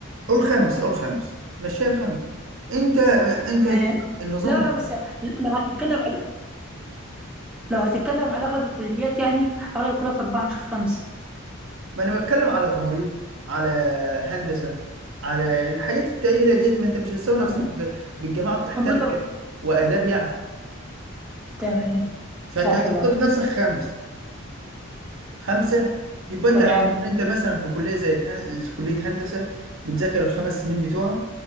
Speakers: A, on the right; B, in the centre.
A: قول خمس قول خمس مشيها خمس انت انت
B: ما
A: النظام
B: لا
A: الجديد
B: لا بس لو هتتكلم على لو هتتكلم على اغلب الكليات يعني اغلب الكليات اربعه مش خمسه
A: ما انا بتكلم على تمريض على هندسه على الحاجات التقيله ديت ما انت مش هتساوي
B: مط-
A: نفسك ب- بالجماعه بتاع
B: تمريض
A: تربيه
B: اربعه
A: واداب يعني
B: تمام
A: فانت
B: صح
A: هتفترض
B: برضه
A: نفسك خمس خمسه يبقى
B: تمام
A: انت يعتبر انت مثلا في كليه زي الهن- كليه هندسه بتذاكر الخمس سنين بتوعك